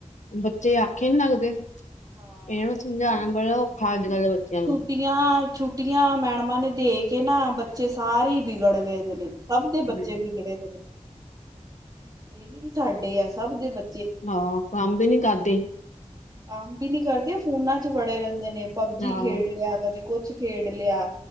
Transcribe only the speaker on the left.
ਬੱਚੇ ਆਖੇ ਨੀ ਲੱਗਦੇ ਇਹਨਾਂ
ਨੂੰ ਸਮਝਾਉਣਾ
ਬੜਾ ਔਖਾ ਅੱਜ
ਕੱਲ੍ਹ ਦੇ ਬੱਚਿਆਂ ਨੂੰ
ਹਮ
ਆਹ, ਕੰਮ ਵੀ ਨਹੀਂ ਕਰਦੇ।
ਹਾਂ